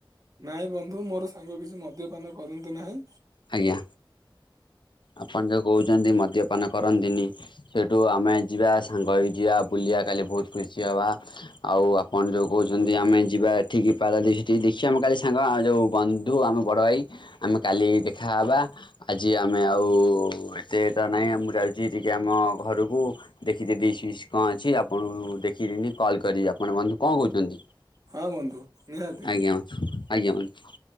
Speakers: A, on the right (about 45°); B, on the left (about 65°).
A: ନାଇଁ ବନ୍ଧୁ ମୋର ସାଙ୍ଗ କିଛି ମଦ୍ୟପାନ କରନ୍ତୁ ନାହିଁ।
B: ଆଜ୍ଞା। ଆପଣ ଯଉ କହୁଛନ୍ତି ମଦ୍ୟପାନ କରନ୍ତିନି। ସେଠୁ ଆମେ ଯିବା ସାଙ୍ଗ ହେଇ ଯିବା ବୁଲି ଯିବା କାଲି ବହୁତ ଖୁସି ହବା। ଆଉ ଆପଣ ଯୋଉ କହୁଛନ୍ତି ଆମେ ଯିବା ଏଠିକି ପାରାଦ୍ୱିପ୍ ଠିକି ଦେଖିବା। ଆମେ କାଲି ସାଙ୍ଗ ଆମ ଯୋଉ ବନ୍ଧୁ ଆମ ବଡ ଭାଇ ଆମେ କାଲି ଦେଖାହବା। ଆଜି ଆ ଆମେ ଆଉ ଏତେ ତ ନାହିଁ ମୁଁ ଯାଉଛି ଟିକେ ଆମ ଘରୁକୁ ଦେଖିକି ଡିଶ୍ ବିସ୍ କଣ କ ଅଛି ଆପଣଙ୍କୁ ଦେଖିଦିନି କଲ୍ କରିି ଆପଣ ବନ୍ଧୁ କଣ କହୁଛନ୍ତି।
A: ହଁ ବନ୍ଧୁ ନିହାତି।
B: ଆଜ୍ଞା ଆଜ୍ଞା ବନ୍ଧୁ।